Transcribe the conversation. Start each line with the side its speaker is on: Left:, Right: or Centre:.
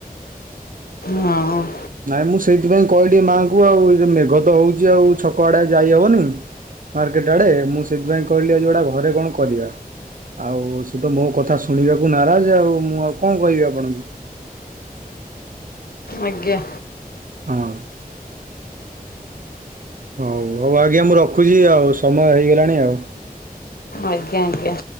Left: ହଁ ଅ
Right: ନାଇଁ ମୁଁ ସେଇଥିପାଇଁ କହିଲି ମାଆଙ୍କୁ ଆଉ ଏ ମେଘ ତ ହଉଛି ଆଉ ଛକ ଆଡେ ଯାଇହବନି। ମାର୍କେଟ ଆଡେ ମୁଁ ସେଥିପାଇଁ କହିଲି ଆଜି ଗୋଟେ ଘରେ କଣ କରିବା ଆଉ ସେତ ମୋକଥା ଶୁଣିବାକୁ ନାରଜେ ଆଉ ମୁଁ ଆଉ କଣ କହିବି ଆପଣଙ୍କୁ?
Left: ଆଜ୍ଞା।
Right: ହଁ। ହଉ ହଉ ଆଜ୍ଞା ମୁଁ ରଖୁଛି ଆଉ ସମୟ ହେଇଗଲାଣି ଆଉ।
Left: ଆଜ୍ଞା ଆଜ୍ଞା।